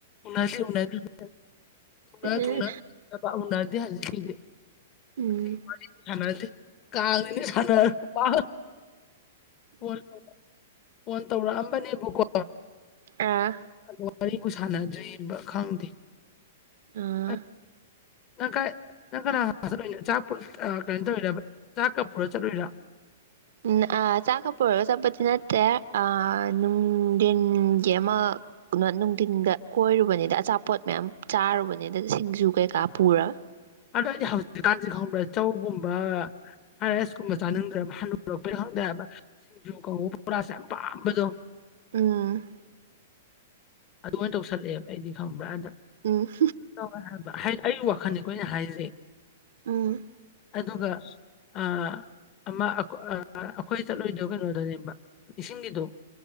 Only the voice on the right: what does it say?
ꯎꯝ
ꯎꯝ
ꯑꯥ
ꯑꯥ
ꯎꯝ ꯑꯥ ꯆꯥꯛꯀ ꯄꯨꯔꯒ ꯆꯠꯄꯗꯤ ꯅꯠꯇꯦ ꯑꯥ ꯅꯨꯡꯗꯤꯟꯒꯤ ꯑꯃ ꯀ ꯅꯨꯡꯊꯤꯟꯗ ꯀꯣꯏꯔꯨꯕꯅꯤꯗ ꯑꯆꯥꯄꯣꯠ ꯃꯌꯥꯝ ꯆꯥꯔꯨꯕꯅꯤꯗ ꯁꯤꯡꯖꯨ ꯀꯩꯀꯥ ꯄꯨꯔꯒ
ꯎꯝ꯫
ꯎꯝ
ꯎꯝ